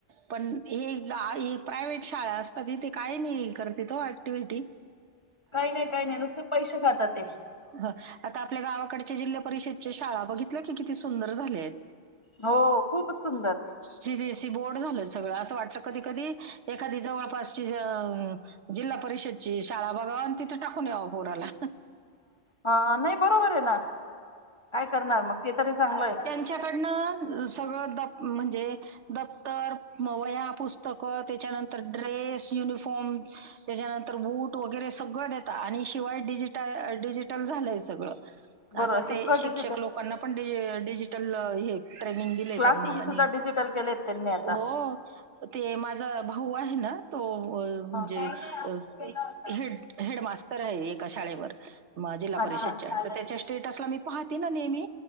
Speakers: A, on the right; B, on the left.
A: पण हे प्रायव्हेट शाळा असतात, तिथे काही नाही करतात ॲक्टिव्हटी
B: काही नाही, काही नाही, नुसते पैसे खातात. ते.
A: हं, आता आपल्या गावाकडच्या जिल्हा परिषदेच्या शाळा बघितल्या की, किती सुंदर झाल्यात.
B: हो, खूपच सुंदर
A: सीबीएसई बोर्ड झालं सगळं असं वाटतं, कधी कधी एखादी जवळपास जिल्हा परिषदची शाळा बघाव आणि तिथे टाकून यावं पोराला
B: हा, नाही बरोबर आहे ना? काय करणार मग ते, तरी चांगलय
A: च्याकडन सगळं म्हणजे दप्तर, वह्या, पुस्तकं त्याच्यानंतर ड्रेस, युनिफॉर्म त्याच्यानंतर बुट वगैरे सगळं देत आणि शिवाय डिजिटा डिजिटल झालंय सगळं
B: बरोर,
A: आता
B: सकटच
A: ते शिक्षक लोकांना पण डिजिटल हे ट्रेनिंग दिले
B: क्लासरूम
A: त्यांनी आणि
B: सुद्धा डिजिटल केलेत त्यांनी आता.
A: हो, ते माझा भाऊ आहे ना, तो म्हणजे
B: काही नाही असंच
A: अ
B: केला होता.
A: हे हेडमास्तर आहे एका शाळेवर जिल्हा परिषदच्या
B: अच्छा चालत.
A: तर त्याच्या स्टेटसला मी पाहते नेहमी